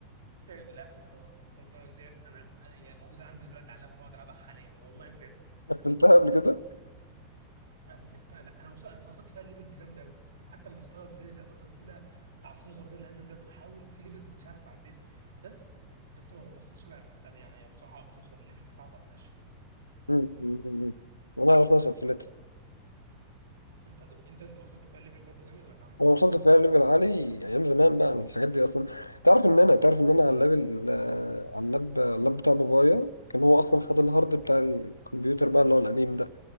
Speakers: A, on the right; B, on the left.
A: آه، لعبه الخروج الجرة دي انا انا هي موجوده عندي دلوقتي على اللاب وبقعد العبها حاليا والله بجد
B: قفلتها قبل كده
A: قفلتها لا انا وصلت انا فقدت فيها الليفلز جامده قوي حتى انا مستغرب ازاي لا وصلت لها مع السن الصغير ده لان أنا دلوقتي بحاول في ليفلز مش عارف اعديها بس بس ما بنبسطش إن انا قفلتها دي يعني هي بصراحه بتوصل ليفل صعبه فشخ
B: مم. والله خلاص قفلتها
A: انت انت انت وصلت فيها ليفل برضو جامد ولا عم-
B: انا
A: وصلت
B: وصلت
A: فيها
B: فيها
A: لفين؟
B: ليفل عالي ايام زمان بقى الحاجات دي اصلا تعرف ان انا تعرف ان انا على الليفل آه، على اللاب اللاب بتاع بابايا كان هو اصلا خد الهارد بتاع الكمبيوتر بقى اللي هو القديم ده